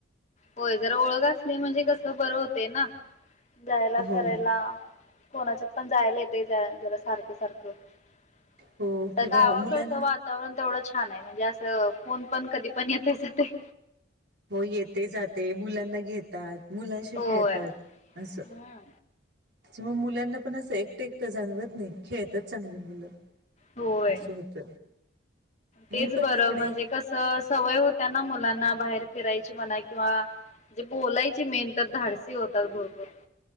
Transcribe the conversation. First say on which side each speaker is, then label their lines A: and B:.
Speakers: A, on the left; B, on the right.
A: होय जरा ओळख असली म्हणजे कस बरं होतय ना. जायला
B: हो
A: करायला. कोणाच्या पण जायला येत जरा सारखं सारखं. आता
B: हो किंवा
A: गावाकडचं
B: मुलांना
A: वातावरण तेवढं छान आहे म्हणजे असं कोण पण कधी पण येते जातय.
B: हो येते जाते, मुलांना घेतात, मुलांशी
A: होय
B: खेळतात असं.
A: हम्म.
B: ते मग मुलांना पण असं एकटे एकटं जाणवत नाही. खेळतच चांगली मुलं.
A: होय
B: असं होत ही
A: तेच
B: पण
A: बरं,
B: तिकडे
A: म्हणजे कस सवय होत्या ना मुलांना बाहेर फिरायची म्हणा, किंवा बोलायची मेन तर धाडसी होतात भरपूर.